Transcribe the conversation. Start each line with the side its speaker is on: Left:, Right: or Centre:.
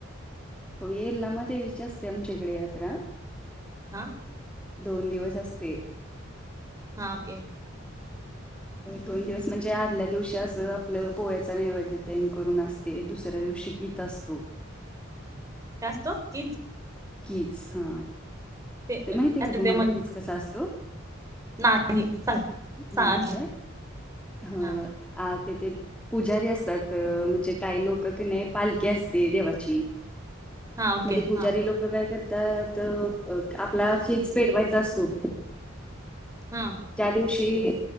Centre: हो येलमा देवीची असते आमच्याकडे यात्रा.
Right: आ.
Centre: दोन दिवस असते.
Right: हां ओके.
Centre: दोन दिवस म्हणजे आदल्या दिवशी असं आपलं पोहा्याच नैवद्येत करून असते दुसऱ्या दिवशी.. कीच असतो.
Right: काय असतो? <unintelligible>
Centre: किज हा ते
Right: काय
Centre: माहिती आहे
Right: असतं
Centre: का तुम्हाला
Right: ते म्हण
Centre: किच कसां अस असतो?
Right: नाही सांग. सांगा
Centre: नाही
Right: की
Centre: काय ह
Right: हा
Centre: तेथ.. पुजारी असतात म्हणजे काही लोक क नाही पालखी असते देवाची
Right: हा ओके
Centre: मध्ये पूजारी
Right: हा
Centre: लोक लक काय करतात आपला खीज पेटवायचा असतो.
Right: हा.
Centre: ज्या दिवशी